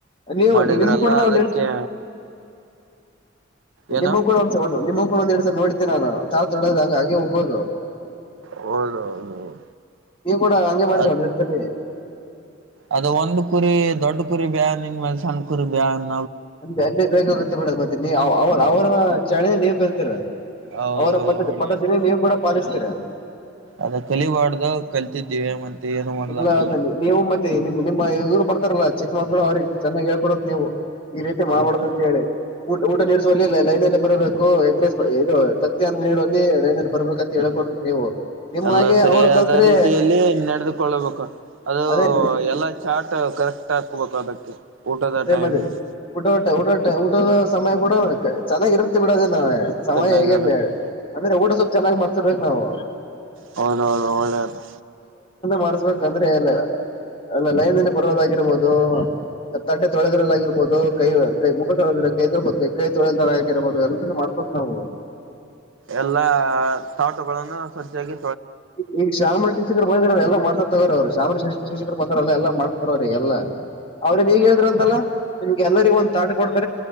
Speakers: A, on the left; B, on the right.
A: ನೀವು
B: ಮಾಡಿದ್ರಲ್ಲ
A: ನಿಮ್ ಕೂಡ ನಾವು
B: ಅದಕ್ಕೆ. ಏನು
A: ನಿಮ್ಮ ಕೂಡ ಒಂದ್ಸ ನಿಮ್ಮ ಕೂಡ ಒಂದ ಎರಡ್ ಸರಿ ನೋಡಿದ್ದೆ ನಾನು ತಾಟ್ ತೊಳೋದಂಗ ಹಂಗಾಗಿ ಹೋಗೋದು.
B: ಹೌದ ಹೌದ ಹೌದ.
A: ನೀವು ಕೂಡ ಹಂಗೆ ಮಾಡಿದ್ರ
B: ಅ
A: ಒಂದ್ ಎರಡ್ ಸರಿ
B: ಅದ ಒಂದು ಕುರಿ ದೊಡ್ಡ ಕುರಿ ಬ್ಯಾ. ಹಿಂದ ಮನುಷ್ಯನ ಕುರಿ ಬ್ಯಾ ಅನ್.
A: ಅ ಅಲ್ಲಿ ಬೇಕಾಗುತ್ತೆ ಬಿಡದು ಮತ್ತೆ ನೀ ಅವ ಅವರನ ಚಳೆನೆ ನೀವ್ ಕಲ್ತಿರ
B: ಹೌದೌದು
A: ಅವರ ಪದ್ಧತಿ
B: ಒಳ್ಳೇದು
A: ಪದ್ಧತಿನ ನೀವು ಕೂಡ ಪಾಲಿಸ್ತೀರ
B: ಅದ ಕಲಿಬಾರ್ದು ಕಲ್ತಿದ್ದೀವಿ ಮತ್ತೆ ಏನು ಮಾಡ್ದಾಗಲ್ಲ
A: ಇಲ್ಲನ್ನೆ ನೀವು ಮತ್ತೆ ನಿಮ್ ನಿಮ್ಮ ಇವ್ರು ಬರ್ತಾರಲ್ಲಾ ಚಿಕ್ಕಮಕ್ಕಳು ಅವ್ರಿಗೆ ಚೆನ್ನಾಗ್ ಹೇಳ್ಕೊಡತ್ ನೀವು ಈ ರೀತಿ ಮಾಡಬಾಡದ
B: ಹೌದು
A: ಅಂತ ಹೇಳಿ ಊಟ ಊಟ ನಡ್ಸೋಲ್ಲಿ ಇಲ್ಲ ಲೈನ್ಲ್ಲ ಬರಬೇಕು ಎಗ್ಗುರೈಸ್ ಇದು ತತ್ತಿನ್ನು ನೀಡುವಲ್ಲಿ ರಂದನ್ ಬರ್ಬೇಕಂತ ಹೇಳ್ಕೊಡ್ಬೇಕ ನೀವು ನಿಮ್ಮಾಗೆ
B: ಎಲ್ಲ ಸರಿಯಾದ
A: ಅವ್ರು ಕಲ್ತ್ರೆ
B: ರೀತಿಯಲ್ಲಿ ನಡೆದ ಕಳ್ಬೇಕು ಅದು
A: ಅದೇ
B: ಎಲ್ಲಾ ಚಾಟ್ ಕರೆಕ್ಟ್ ಹಾಕಬೇಕು ಅದಕ್ಕೆ ಊಟದ
A: ಅದೇ
B: ಟೈಮಿಂಗ್
A: ಮದೆ ಊಡೋಟೆ ಊಡೋಟೆ ಊಟ ಸಮಯ ಕೂಡ ಚೆನ್ನಾಗಿ ಇರುತ್ತೆ ಬಿಡೋದ ಸಮಯ
B: ಚೆನ್ನಾಗಿರುತ್ತೆ
A: ಹೇಗಿರ್ಲಿ ಅಂದ್ರೆ ಊಟ ಸ್ವಲ್ಪ್ ಚೆನ್ನಾಗಿ ಮಾಡ್ಸೊಡ್ಬೇಕು ನಾವು
B: ಹೌದ ಹೌದ ಒಳ್ಳೆಯದ
A: ಮಾಡಸ್ಬೇಕಂದ್ರೆ ಅ ಅಲ್ಲ ಲೈನ್ಲ್ಲಿ ಬರೋದಾಗಿರ್ಬೋದು ತತ್ತಾಟೆ ತೊಳದೊರಳ ಆಗಿರ್ಬಹದು ಕೈ ಕೈ ಮುಕ ತೋಳದರೆ ಕೈ ಕೈತೊಳಿ ಹಗಿರಬಹದು ಎಲ್ಲ ಮಾಡ್ತದ್ ನಾವು
B: ಎಲ್ಲ ತಾಟುಗಳನ್ನು ಸ್ವಚ್ಚಾಗಿ
A: ಈಗ ಈಗ ಶಾಮಾಜ ಶಿಕ್ಷಕರು ಬಂದಿದ್ರ ಎಲ್ಲ ಮಾಡತ ತಗೋ ಅವರು ಶಾಮ ಶಕ ಶಿವ ಶಕರ್ ಬಂದಾರಲ್ಲ ಎಲ್ಲ ಮಾಡ್ತಾರ ಅವ್ರಿಗೆ ಎಲ್ಲಾ ಅವ್ರ ನೀಗ ಹೇಳಿದ್ರ ಅಂತಲ್ಲಾ ನಿಮಗೆಲ್ಲರಿಗೆಒಂದು ತಾಟ ಕೊ